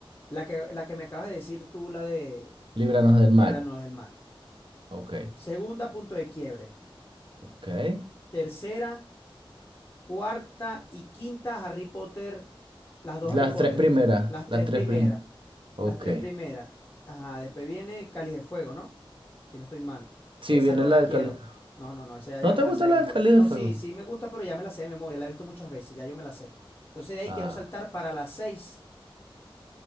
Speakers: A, on the left (about 20°); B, on the right (about 65°).
A: la que, la que me acabas de decir tú, la de
B: líbranos del mal.
A: Líbranos del Mal.
B: Ok,
A: Segunda, Punto de Quiebre.
B: ok.
A: Tercera, cuarta y quinta, Harry Potter. Las dos
B: Las
A: Harry Potter.
B: tres primeras,
A: Las
B: las
A: tres
B: tres
A: primeras.
B: primeras. Ok.
A: Las tres primeras. Ajá, después viene el Cáliz de Fuego, ¿no? Si no estoy mal.
B: Sí,
A: Esa
B: viene
A: no
B: la
A: la
B: del
A: quiero.
B: Cali.
A: No, no, no, esa ya,
B: ¿No
A: ya
B: te
A: me
B: gusta
A: la sé de
B: la
A: memoria.
B: del Cali
A: No,
B: de Fuego?
A: sí, sí me gusta, pero ya me la sé de memoria. La he visto muchas veces, ya yo me la sé. Entonces de ahí
B: Ah,
A: quiero saltar para las seis,